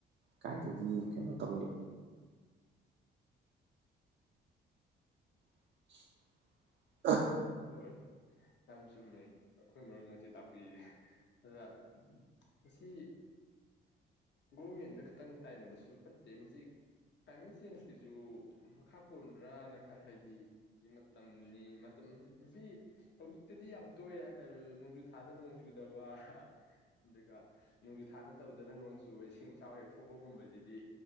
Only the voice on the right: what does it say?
ꯀꯥꯏꯗꯒꯤ ꯀꯩꯅꯣ ꯇꯧꯅꯤ <inaudible>